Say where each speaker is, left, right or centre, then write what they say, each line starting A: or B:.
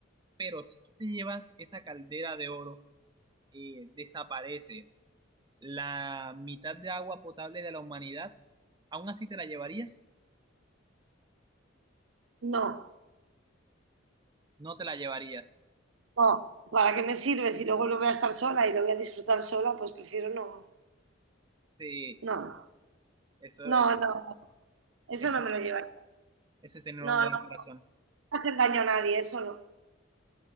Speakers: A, on the right; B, on the right.
A: Pero si tú te llevas esa caldera de oro, eh, desaparece la mitad de agua potable de la humanidad, ¿aún así te la llevarías?
B: no,
A: No te la llevarías.
B: no, ¿para qué me sirve si luego lo voy a estar sola y lo voy a disfrutar sola? Pues prefiero no,
A: Sí,
B: no,
A: eso,
B: no,
A: eso,
B: no, eso
A: eso,
B: no me lo llevaré.
A: eso es tener
B: No,
A: un gran
B: no, no
A: corazón.
B: hacer daño a nadie, eso no.